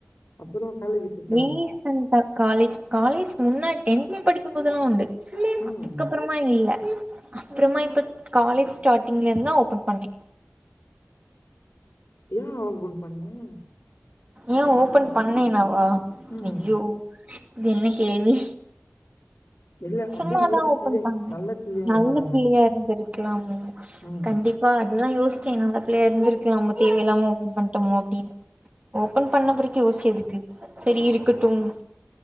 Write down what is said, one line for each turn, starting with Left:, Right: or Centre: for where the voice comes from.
Left: அப்பறோ காலேஜு போய்
Right: ரீசண்டா காலேஜ் காலேஜ் முன்னா டென்து படிக்கும்போதெல்லா உண்டு
Left: ம்
Right: அதுக்கப்புறமா இல்ல அப்புறமா இப்ப காலேஜ் ஸ்டார்டிங்ல இருந்தா ஓபன் பண்ணே
Left: ஏ ஓபன் பண்ணே
Right: ஏ ஓபன் பண்ணீங்கவா
Left: ம்
Right: ஐயோ இது என்ன கேள்வி
Left: இல்ல அப்டியே
Right: சும்மாாதா
Left: நல்ல
Right: ஓபன்
Left: பிள்ளை
Right: பன்னே
Left: நல்ல பிள்ளையா இருந்திருக்கலால்ல
Right: நல்ல பிள்ளயா இருந்தது லா அவங்க <unintelligible>
Left: ம்
Right: கண்டிப்பா அதுதா யோச ச நல்ல பிள்ளையா இருந்திருக்கலாம தேவையில்லாம ஓபன் பண்டோமே அப்டின் ஓபன் பண்ண பிறகு யோச்சு எதுக்கு சரி இருக்கட்டும்